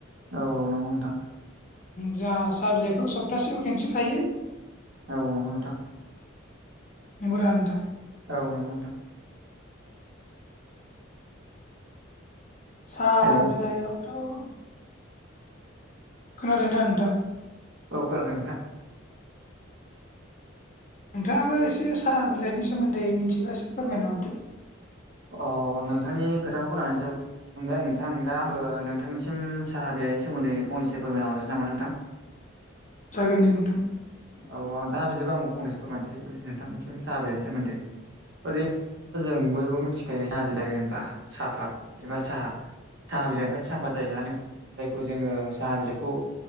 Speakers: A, on the right; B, on the left.
A: औ औ नंगौ नोंथां
B: जोंहा साहा बिलाइखौ सप्तासेयाव खेनसे खायो
A: औ नंगौ नोंथां
B: नंगौ दा नोंथां
A: औ नंगौ नोंथां
B: साहा
A: हेल'
B: बिलाइआवथ' खोनादों दा नोंथां
A: औ खोनादों नोंथां
B: नोंथाङाबो एसे साहा बिलाइनि सोमोन्दै मिथिबा एसे फोरमायना हरदो
A: अ नोंथांनि खोथाखौ खोनानो जोबोद फ्राय नोंथां दा आङो नोंथांसिम साहा बिलाइनि सोमोन्दै फंनैसो फोरमायना हरनोसै नामा नोंथां
B: जागोन दे नोंथां
A: अ दा बिदिबा आंबो फंनैसो फोरमानोसै नोंथांनिसिम साहा बेनि सोमोन्दै ओरै जों बयबो मिथिखायो साहा बिलाइ होनोबा साफात एबा साहा। साहा बिलाइनिफ्रायनो साफात जायो नालाय जायखौ जोङो साहा बिलाइखौ